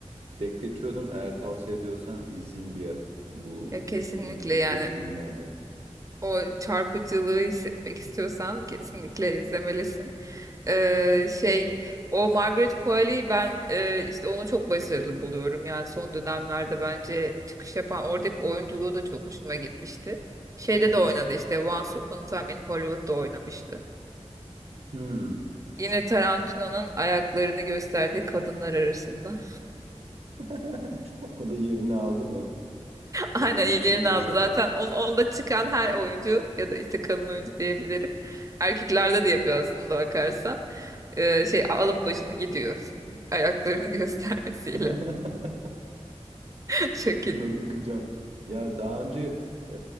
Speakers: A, on the right; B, on the right.
A: Bekletiyordum eğer tavsiye ediyorsan izleyeyim bir ya- bu
B: Ya kesinlikle
A: bugün önümüzdeki
B: yani
A: günlerde.
B: o çarpıcılığı hissetmek istiyorsan kesinlikle izlemelisin. Ee, şey o Margaret Qualley ben e, işte onu çok başarılı buluyorum. Yani son dönemlerde bence çıkış yapan oradaki oyunculuğu da çok hoşuma gitmişti. Şeyde
A: Hı hı.
B: de oynadı işte Once Upon a Time in Hollywood'da oynamıştı.
A: Hmm.
B: Yine Tarantino'nun ayaklarını gösterdiği kadınlar arasında.
A: <laughs> O da yerini aldı mı? Bir tane
B: Aynen yerini
A: vitrinde
B: aldı
A: saklanıyor.
B: zaten. On, onda çıkan her oyuncu ya da işte kadın oyuncu diyebilirim. Erkeklerde de yapıyor aslında bakarsan. Ee, şey alıp başını gidiyor. <laughs> Ayaklarını göstermesiyle.
A: <laughs>
B: <laughs> Şekil.
A: Şuna bakacağım. Ya daha önce e,